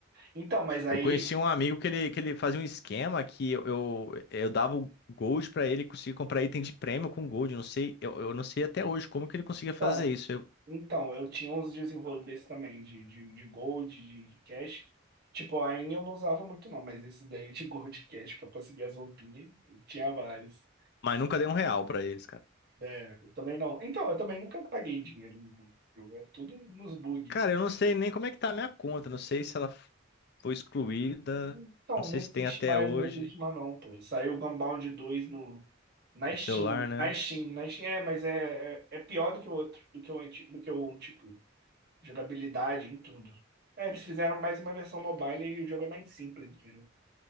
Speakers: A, on the right; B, on the left.
A: Então, mas aí.
B: Eu conheci um amigo que ele, que ele fazia um esquema que eu, eu, eu dava o gold pra ele conseguir comprar item de prêmio com gold. Eu não sei, eu, eu não sei até hoje como que ele conseguia
A: Então,
B: fazer isso. Eu-
A: Então, eu tinha uns desenrolos desse também, de, de, de gold, de, de cash. Tipo, a Ain eu não usava muito não, mas esses daí de gold e cash pra conseguir as roupinhas, eu tinha vários.
B: mas nunca dei um real pra eles, cara.
A: É, eu também não. Então, eu também nunca paguei dinheiro no Google. Eu era tudo nos bug.
B: Cara, eu não sei nem como é que tá a minha conta. Não sei se ela foi excluída.
A: Então,
B: Não sei
A: não existe
B: se tem até
A: mais,
B: hoje
A: não existe mais não, pô. Saiu o Gunbound 2 no, na
B: no
A: Steam,
B: celular, né?
A: na Steam, na Steam, é, mas é, é, é pior do que o outro, do que o, anti- do que o um, tipo. jogabilidade em tudo. É, eles fizeram mais uma versão mobile e o jogo é mais simples, entendeu?